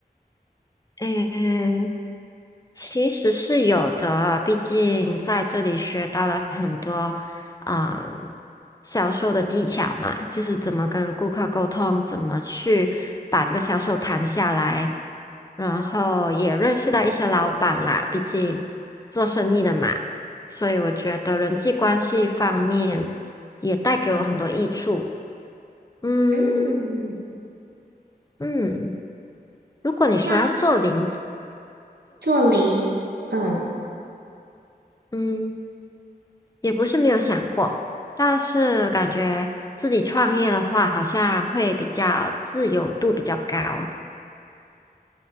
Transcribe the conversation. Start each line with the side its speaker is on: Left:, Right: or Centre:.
Left: 嗯。其实是有的，毕竟在这里学到了很多，嗯，销售的技巧嘛，就是怎么跟顾客沟通，怎么去把这个销售谈下来，然后也认识到一些老板啦，毕竟做生意的嘛，所以我觉得人际关系方面也带给我很多益处。嗯
Right: 嗯，
Left: 嗯，如果你说要做零，
Right: 那做零，嗯。
Left: 嗯。也不是没有想过，但是感觉自己创业的话，好像会比较自由度比较高。